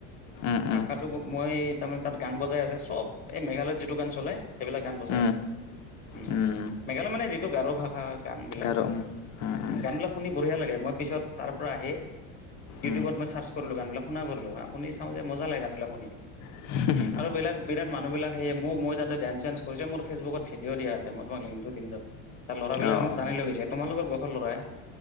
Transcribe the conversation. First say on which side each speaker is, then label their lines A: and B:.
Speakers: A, on the left; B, on the left.
A: উম, উম,
B: ভাষাটো, মই তাৰমানে তাত গান বজাই আছে। চব এই মেঘালয়ত যিটো গান চলে, সেইবিলাক গান বজাই
A: উম,
B: আছে। হুম।
A: উম।
B: মেঘালয় মানে যিটো গাৰো ভাষা গানবিলাক।
A: গাৰো উম, উম, উম,
B: গানবিলাক শুনি বঢ়িয়া লাগে। মই পিছত তাৰ পৰা আহি ইউটিউব
A: উম,
B: মই চাৰ্চছ কৰলো। গান গিলাক শুনা কৰলোঁ, শুনি চাওঁ যে মজা লাগে গানবিলাক শুনি।
A: <unintelligible>
B: আৰু বিলাক বিৰাট মানুহ বিলাক সেয়ে। মোক মই তাতে ডেন্স চেঞ্চ কৰিছো। মোৰ ফেচবুকত ভিডিঅ' দিয়া আছে মই তোমাক লিংকটো দিম ৰ। তাৰ ল'ৰাবিলাকে
A: অ',
B: মোক টানি লৈ গৈছে, তোমালোকৰ বয়সৰ ল'ৰাএ।